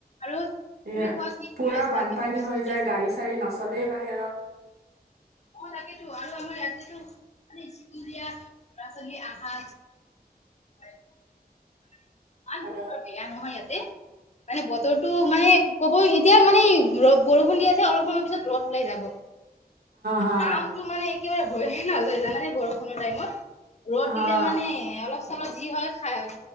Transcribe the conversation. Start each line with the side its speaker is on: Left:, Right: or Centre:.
Left: আৰু তুমি
Right: এ,
Left: কোৱা কি কৰি
Right: পুৰা
Left: আছা
Right: বানপানী
Left: কেনেকা
Right: হৈ
Left: চলি
Right: যায়
Left: আছে
Right: গাড়ী চাৰী নচলেই বাহিৰত।
Left: অ', তাকেতো আৰু আমাৰ ইয়াতেতো মানে স্কুল দিয়া লৰা-ছোৱালী আহা যোৱা ইমান
Right: অ
Left: বতৰ বেয়া নহয় ইয়াতে। মানে বতৰটো মানে ক'ব এতিয়া মানে ৰ' বৰষুণ দি আছে অলপ সময়ৰ পিছত ৰ'দ ওলাই যাব।
Right: হা
Left: কামটো মানে একেবাৰে হৈয়ে নাযায় জানানে বৰষ কোনো টাইমত ৰ'দ
Right: হা
Left: দিলে মানে অলপ চলপ যি হয় খাই